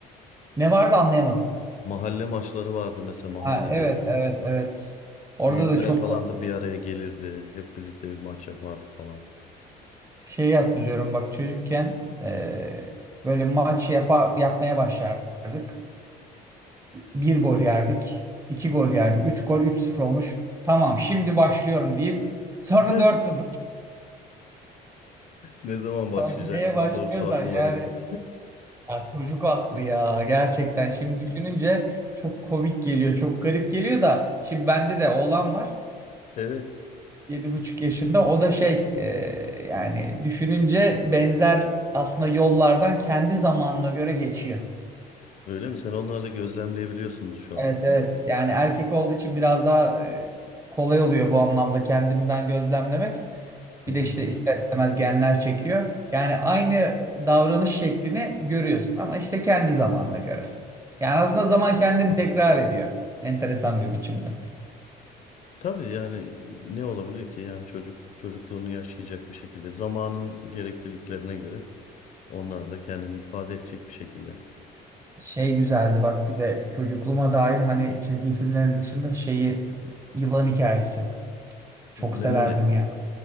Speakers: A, on the right (about 15°); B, on the left (about 50°).
A: Ne vardı anlayamadım.
B: Mahalle maçları vardı mesela mahallede.
A: Ha, evet evet evet. Orada
B: Büyükler
A: da çok
B: falan da bir araya gelirdi. Hep birlikte bir maç yapardık falan.
A: şeyi hatırlıyorum bak çocukken eee, böyle maç yapa, yapmaya başlardık. bir gol yerdik, iki gol yerdik, üç gol, üç sıfır olmuş. Tamam şimdi başlıyorum deyip sonra
B: <laughs>
A: dört sıfır
B: Ne zaman başlayacaksın
A: Sanki neye başlıyorsan
B: sorusu akıllara
A: yani.
B: gelir.
A: Ya
B: <laughs>
A: çocuk aklı ya gerçekten şimdi düşününce çok komik geliyor, çok garip geliyor da şimdi bende de oğlan var.
B: Evet.
A: yedi buçuk yaşında o da şey e, yani düşününce benzer aslında yollardan kendi zamanına göre geçiyor.
B: Öyle mi? Sen onları gözlemleyebiliyorsundur şu
A: Evet
B: an.
A: evet. Yani erkek olduğu için biraz daha e, kolay oluyor bu anlamda kendimden gözlemlemek. Bir
B: Hı hı.
A: de işte ister istemez genler çekiyor. Yani aynı davranış şeklini görüyorsun ama işte kendi zamanına göre. Yani aslında zaman kendini tekrar ediyor. Enteresan bir biçimde.
B: Tabii yani ne olabilir ki? Yani çocuk çocukluğunu yaşayacak bir şekilde zamanın gerekliliklerine göre Onlar da kendini ifade edecek bir şekilde.
A: Şey güzeldi bak bir de çocukluğuma dair hani çizgi filmlerin dışında şeyi Yılan Hikayesi. Çok severdim
B: Memoli.
A: ya.